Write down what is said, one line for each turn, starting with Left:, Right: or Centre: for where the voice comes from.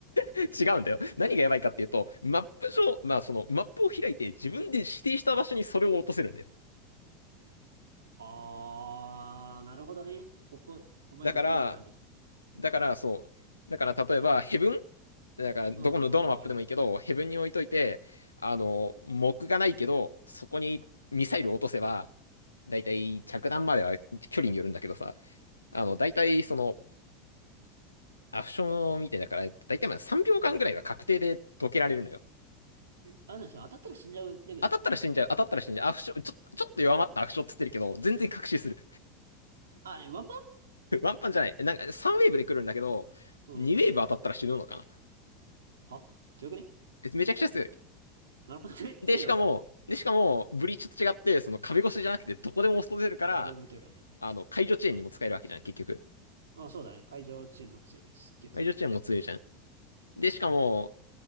Left: 違うんだよ。何がやばいかっていうと、マップ上、まあその、マップを開いて自分で指定した場所にそれを落とせるんだよ。
Right: あー、なるほどね。ここ、お前どけようができ。
Left: だから、だから、そう。だから、例えば、ヘブンだから、どこの、
Right: うん、
Left: どのマップでもいいけど、
Right: あー、あるある。
Left: ヘブンに置いといて、あの、木がないけど、そこにミサイルを落とせば、だいたい着弾までは距離によるんだけどさ、あの、
Right: うん。
Left: だいたいその、アクションみたいだから、だいたいまあ3秒間ぐらいは確定で解けられるのよ。
Right: え、あの人当たったら死んじゃうレベルなの
Left: 当たったら死んじゃう、当たったら死んじゃう、アフション、ちょ、ちょっと弱まったアクションっつってるけど、全然確信する。
Right: あ、えワンパ
Left: <laughs> ワンパンじゃない。なんか3ウェーブで来るんだけど、
Right: ンうん。
Left: 2ウェーブ当たったら死ぬのかな。
Right: は強くね
Left: めちゃくちゃ強い。
Right: なるほどね。
Left: で、
Right: <laughs> 強いわ、
Left: しかも、
Right: それ。
Left: で、しかも、ブリーチと違って、その壁越しじゃなくて、どこでも押し通せるから、
Right: どこでも打てるからね。
Left: あの、解除遅延にも使えるわけじゃん、結局。
Right: あ、そうだね。会場チームも強い。すっげえ強い。
Left: 解除遅延も強いじゃん。で、しかも、
Right: うん。